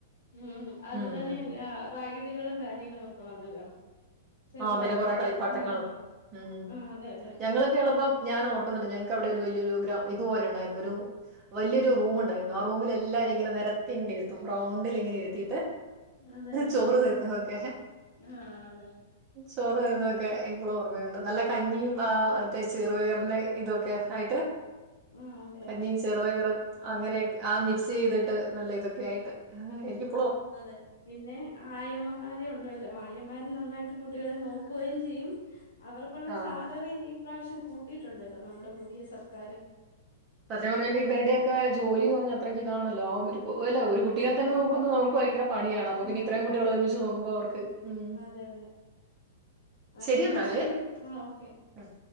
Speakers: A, on the left; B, on the right.
A: ഉം അത്
B: ഉം
A: തന്നെയല്ല
B: ഉം
A: റൈ ഡുകളും കാര്യങ്ങളും ഒക്കെ വന്നല്ലോ. ചെറുതായിട്ട്
B: ആ പിന്നെ കൊറെ കളിപ്പാട്ടങ്ങളും
A: ആഹ്
B: ഉം
A: ആഹ് അതെ അതെ
B: ഞങ്ങളൊക്കെള്ളപ്പം ഞാൻ ഓർക്കുന്നുണ്ട് ഞങ്ങക്ക് അവിടെ ഒരു വലിയൊരു ഗ്ര ഇതുപോലെ ഉണ്ടായിരുന്നു ഒരു വല്യൊരു റൂമുണ്ടായിന്നു ആ റൂമിൽ എല്ലാരിം ഇങ്ങനെ നെരത്തി ഇങ്ങനെ ഇരുത്തും റൗണ്ടില് ഇങ്ങനെ ഇര്ത്തീട്ട്.
A: അതെ
B: ചോറ് തരും. ഓക്കെ
A: ആഹ് അതെ.
B: ചോറ് തരുന്നതൊക്കെ
A: ആഹ്
B: ഇപ്പളോ ഓർമയുണ്ട് നല്ല കഞ്ഞിയും ആ മറ്റേ ചെറുപയറിന്റെ ഇതൊക്കെ ആയിട്ട്
A: ആഹ് അതെ
B: കഞ്ഞീം
A: അതെ
B: ചെറുപയറും. അങ്ങനെയൊക്കെ ആ മിക്സ് ചെയ്തിട്ട്, നല്ല ഇതൊക്കെ ആയിട്ട് എനിക്ക്
A: അതെ, പിന്നെ ആയമാരുണ്ടല്ലോ ആയമാര് നന്നായിട്ട് കു കുട്ടികളെ നോക്കുവേം ചെയ്യും അവർക്കൊള്ള
B: ആ
A: സാലറി ഇപ്രശം കൂട്ടിട്ടൊണ്ടല്ലോ നമ്മടെ പുതിയ സർക്കാര്
B: സത്യം പറഞ്ഞലിവരുടെയൊക്കെ ജോലി ന്ന് പറഞ്ഞാ അത്രക്ക് ഇതാണല്ലോ ആ ഒരു <unintelligible> ഒരു കുട്ടിനെ തന്നെ
A: അതെ
B: നോക്കുന്നു
A: അതെ
B: നമുക്ക് ഭയങ്കര പണിയാണ് അപ്പൊ പിന്നെ
A: ആ,
B: ഇത്രേം കുട്ടികള്
A: ആണ്.
B: ഒരുമിച്ച് നോക്കുമ്പോ അവർക്ക് ഉം
A: അതെ അതെ അതെ
B: ശെരി
A: എന്നാ
B: എന്നാല്
A: ശരി ആ ഓക്കെ
B: ഉം